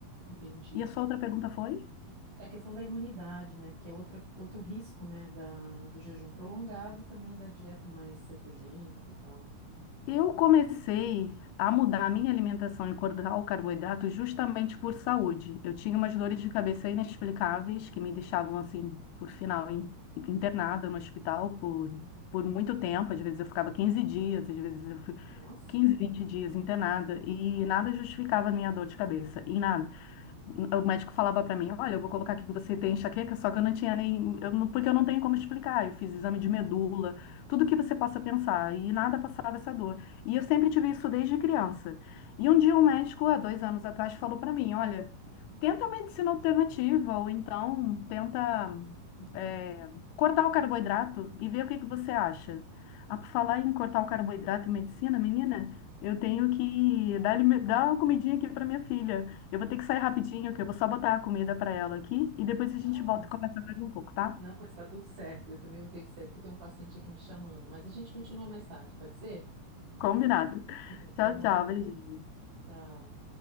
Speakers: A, on the right; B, on the left.
A: Entendi.
B: E a sua outra pergunta foi?
A: É a questão da imunidade, né? Porque é outra, outro risco, né, da, do jejum prolongado e também da dieta mais cetogênica e tal.
B: Eu comecei a mudar a minha alimentação e cortar o carboidrato justamente por saúde. Eu tinha umas dores de cabeça inexplicáveis que me deixavam, assim, por final, in- internada no hospital por,
A: Uhum.
B: por muito tempo. Às vezes eu ficava 15 dias, às vezes eu fui
A: Nossa.
B: 15, 20 dias internada e nada justificava a minha dor de cabeça, e nada. O médico falava para mim, olha, eu vou colocar aqui que você tem enxaqueca, só que eu não tinha nem, eu não- porque eu não tenho como explicar. Eu fiz exame de medula, tudo que você possa pensar, e nada passava essa dor. E eu sempre tive isso desde criança. E um dia um médico, há dois anos atrás, falou para mim, olha, Tenta uma medicina alternativa, ou então tenta
A: Uhum.
B: é, cortar o carboidrato e ver o que que você acha. Ah, por falar em cortar o carboidrato e medicina, menina, eu tenho que dar, alime- dar uma comidinha aqui para minha filha. Eu vou ter que sair rapidinho, que eu vou só botar a comida para ela aqui e depois
A: Não,
B: a gente volta
A: mas
B: e conversa mais um pouco, tá?
A: não, mas tá tudo certo. Eu também vou ter que sair porque tem um paciente aqui me chamando. Mas a gente continua mais tarde, pode ser?
B: Combinado.
A: <laughs> Até
B: Tchau,
A: mais.
B: tchau, beijinho.
A: Tchau.